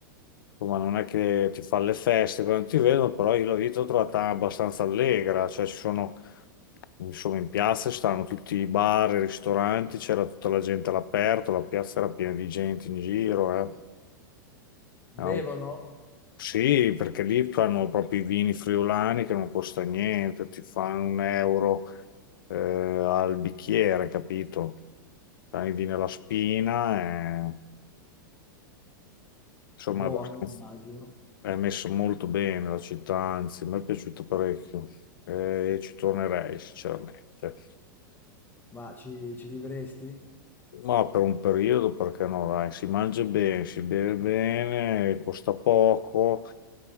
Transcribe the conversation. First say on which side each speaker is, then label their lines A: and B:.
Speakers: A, on the left; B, on the left.
A: ma non è che ti fa le feste quando ti vedono, però io la vita l'ho trovata abbastanza allegra, cioè ci sono, insomma, in piazza stanno tutti i bar, i ristoranti, c'era tutta la gente all'aperto, la piazza era piena di gente in giro, eh.
B: Bevono?
A: Era un- Sì, perché lì fanno proprio i vini friulani che non costa niente, ti fanno un euro eh, al bicchiere, capito? Fai i vini alla spina Insomma,
B: Buoni,
A: è abbastanza-
B: immagino.
A: è messa molto bene la città, anzi, mi è piaciuto parecchio e ci tornerei sinceramente.
B: Ma ci, ci vivresti?
A: Ma per un periodo, perché no, dai, si mangia bene, si beve bene, costa poco,